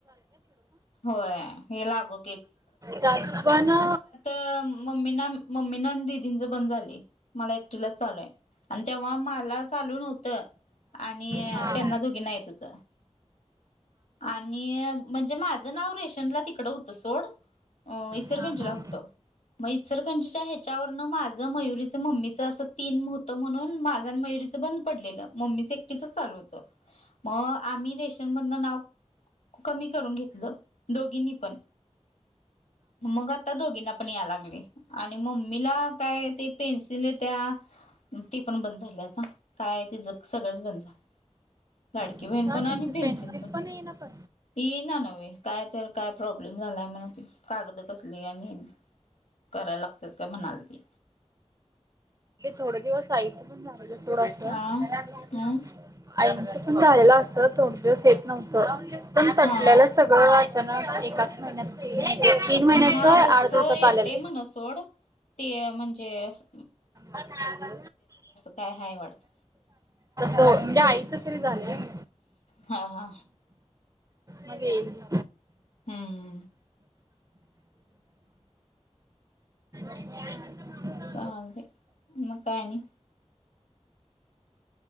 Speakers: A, on the left; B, on the right.
A: होय हे लागू
B: त पण <unintelligible>
A: मम्मी ना मम्मीना दीदींच बंद झालंय मला एक टीलाच चालूय आणि तेव्हा मला चालू नव्हतं आणि
B: हां
A: त्यांना
B: हां
A: दोघीना येत होत. आणि म्हणजे माझं नाव रेशनला तिकडं होत सोड इचरकंजीला
B: हां हां
A: होत मग इचरकंजीच्या ह्याच्यावरन माझं मयुरीच मम्मी ज असं तीन होतं म्हणून माझं आणि मयुरीचं बंद पडलेलं मम्मीच एकटीच चालूतं. हो आम्ही रेश न मदन नाव कमी करून घेतलं दोघीनी पण. मग आता दोघींना पण या लागले आणि मम्मीला काय ते पेन्सिलत. त्या ती पण बंद झाली आता काय तीज जग सगळंच बंद झालय. लाडकी
B: का
A: बहीण पण आणि
B: त्यांचं
A: पेन्सिन
B: पेन्सिल
A: पण.
B: येईना पण
A: ये ना नव्हे काय तर काय प्रॉब्लेम झालाय म्हणा ते. कागदं कसली आणि करायला लागतात का म्हणाल ती.
B: थोड दिवस आईचं पण मोबाईलवर थोडंस सोडायचं.
A: अ अ
B: आईच पण झालेला असं थोड दिवस येत नव्हतं पण तटल्याला.
A: हा हा
B: सगळं आचान एकाच महिन्यात तीन महिन्याच
A: हा तस
B: आठ दिवसात
A: येते
B: आलेल.
A: म्हण सोड ते म्हणजे आस.
B: तसं
A: काय हाय वाटत
B: होतंय. फ्री झालंय.
A: हा हा.
B: मग येईन.
A: हम्म.
B: काय नाही
A: चालतेय म काय आणि.